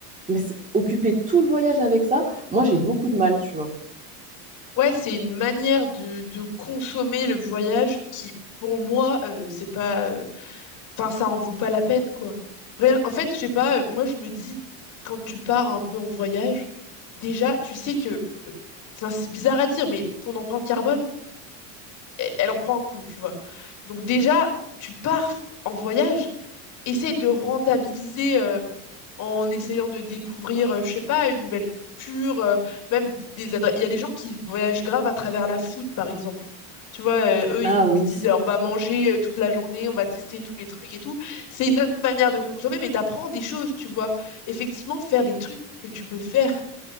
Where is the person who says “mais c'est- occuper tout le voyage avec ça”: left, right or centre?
Right